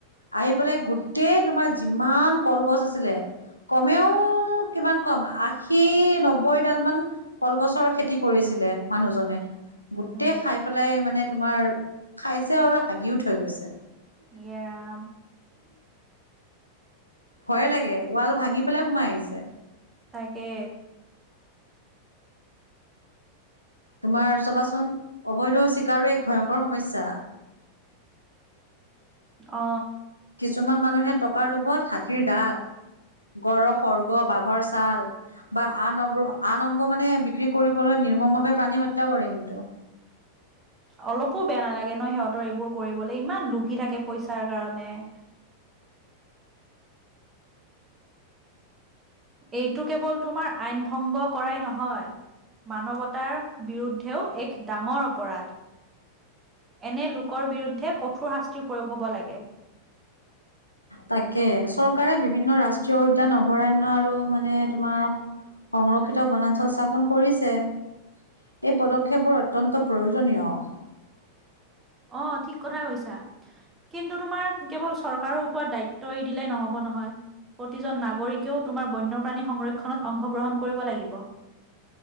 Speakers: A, on the left; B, on the right.
A: আহি পেলাই গোটেই তোমাৰ যিমান কলগছ আছিলে কমেও কিমান কম আশী নব্বৈডাল মান কলগছৰ খেতি কৰিছিলে মানুহজনে। গোটেই
B: উম।
A: খাই পেলাই মানে তোমাৰ খাইছে অল হাগিও থৈ গৈছে।
B: এৰাম
A: ভয়ে লাগে ৱাল ভাঙি পেলাই সোমাই আহিছে।
B: তাকে।
A: তোমাৰ চবাচোন অবৈধ চিকাৰো এক ভয়ংকৰ সমস্যা
B: অ
A: কিছুমান মানুহে টকাৰ লোভত হাতীৰ দাত গড়ৰ সৰ্গ বাঘৰ ছাল বা আন অগ্ৰ আন অংগ মানে বিক্ৰী কৰিবলৈ নিৰ্মম ভাৱে প্ৰাণী হত্যা কৰে কিন্তু
B: <inaudible> অলপো বেয়া নালাগে ন সিহঁতৰ এইবোৰ কৰিবলৈ ইমান লোভি থাকে পইচাৰ কাৰণে। <inaudible> এইটো কেৱল তোমাৰ আইন ভংগ কৰাই নহয়। মানৱতাৰ বিৰুদ্ধেও এক ডাঙৰ অপৰাধ। এনে লোকৰ বিৰুদ্ধে কঠোৰ শাস্তিৰ প্ৰয়োগ হ'ব লাগে।
A: তাকে চৰকাৰে বিভিন্ন ৰাষ্ট্ৰীয় উদ্যান অভয়াৰণ্য আৰু মানে তোমাৰ সংৰক্ষিত বনাঞ্চল স্থাপন কৰিছে। এই পদক্ষেপবোৰ অত্যন্ত প্ৰয়োজনীয়।
B: অ ঠিক কথা কৈছা। কিন্তু তোমাৰ কেৱল চৰকাৰৰ ওপৰত দায়িত্ব এৰি দিলে নহব নহয়। প্ৰতিজন নাগৰিকেও তোমাৰ বন্যপ্ৰাণী সংৰক্ষণত অংশগ্ৰহণ কৰিব লাগিব। <inaudible>